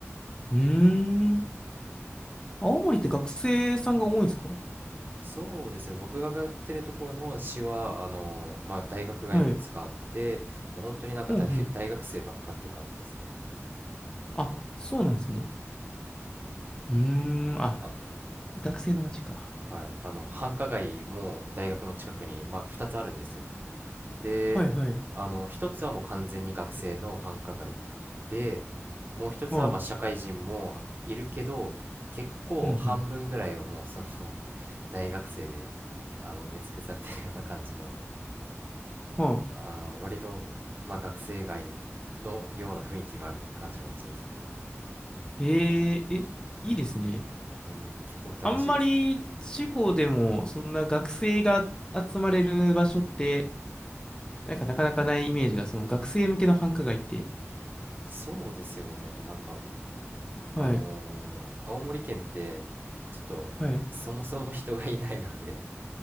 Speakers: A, on the left; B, on the right.
A: うーん。青森って学生さんが多いんですか
B: そうですね、僕が通ってるところの市は、あの、まあ、大学がいくつかあって、
A: はい。
B: で、本当になんか大、
A: うんうん。
B: <laughs> 大学生ばっかっていう感じですね。
A: あ、そうなんですね。うーん。あ、
B: あ、
A: 学生の街か。
B: はい。あの、繁華街も大学の近くに、まあ、2つあるんですよ。で、
A: はいはい。
B: あの、一つはもう完全に学生の繁華街で、もう一つはまあ社会人もいるけど、
A: はい。
B: 結構半分ぐらいはもうその
A: うん
B: <laughs> 大学生であの埋め尽くされてるような感じの、
A: うん。は
B: あー割とまあ学生街のような雰囲気がある感じの街ですね。
A: い。えー、え、いいですね。
B: うん、結構楽しいです。
A: あんまり地方でも、
B: はい。
A: そんな学生が集まれる場所って、なんかなかなかないイメージが、その学生向けの繁華街って。
B: そうですよね。なんか、
A: はい。
B: あのー青森県って、ちょっとそもそも人がいないので
A: はい。